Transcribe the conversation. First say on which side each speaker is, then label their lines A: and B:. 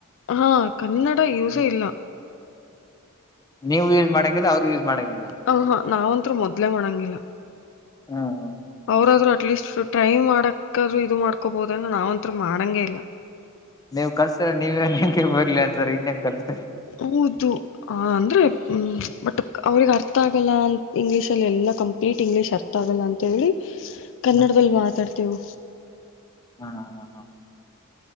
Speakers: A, on the left; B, on the left.
A: ಹಾ ಕನ್ನಡ
B: ಹ್ಮ್
A: ಯೂಸೇ ಇಲ್ಲ
B: ನೀವು ಯೂಸ್ ಮಾಡಂಗಿಲ್ಲ ಅವ್ರು ಯೂಸ್ ಮಾಡಂಗಿಲ್ಲ
A: ಹ ಹಾ ನಾವಂತ ಮೊದ್ಲೆೇ ಮಾಡಂಗಿಲ್ಲ
B: ಹ್ಮ್
A: ಅವ್ರಾದ್ರೂ ಅಟ್ಲೀಸ್ಟ್ ಟೈ ಮಾಡಕಾದ್ರರು ಇದು ಮಾಡ್ಕೊಬಹದಂದ್ರ ನಾವ್ಂಂತ ಮಾಡಂಗಗೆ ಇಲ್ಲ
B: ನೀವ್ ಕಲ್ಸರ ನೀವೇ ನಿಗೆ ಬರ್ಲಿ ಅಂತರ ಇನ್ನೇನ್ ಕಲ್ಸ
A: ಹೌದು ಅಂದರೆ ಬಟ್ ಅವ್ರಿಗೆ ಅರ್ಥ ಆಗಲ್ಲ ಅಂತ ಇಂಗ್ಲೀಷಲ್ಲಿ ಎಲ್ಲ ಕಂಪ್ಲೀಟ್ ಇಂಗ್ಲೀಷ್ ಅರ್ಥ ಆಗಲ್ಲ ಅಂತ ಹೇಳಿ ಕನ್ನಡದಲ್ಲಿ
B: ಹ್ಮ್
A: ಮಾತಾಡ್ತೇವು
B: ಹಾ ಹಾ ಹಾ